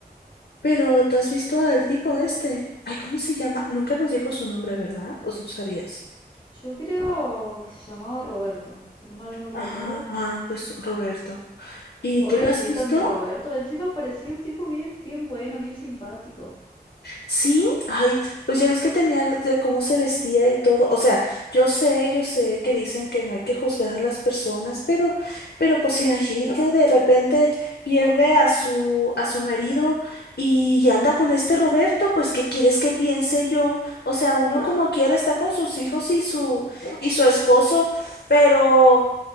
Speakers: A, on the left; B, on the left.
A: Pero tú has visto al tipo este. Ay, ¿cómo se llama? Nunca nos dijo su nombre, ¿verdad? ¿O tú sabías?
B: Yo creo que se llamaba Roberto, si no mal no recuerdo.
A: Ajá, ah, pues Roberto. ¿Y
B: Pobrecito
A: tú lo has visto?
B: mi Roberto, encima parecía un tipo bien, bien bueno, bien simpático.
A: Sí, ay, pues ya ves que tenía de cómo se vestía y todo. O sea, yo sé, yo sé que dicen que no hay que juzgar a las personas, pero, pero pues si la Angélica de repente pierde a su, a su marido y anda con este Roberto, pues ¿qué quieres que piense yo? O sea, uno como quiera está con sus hijos y su, y su esposo, pero,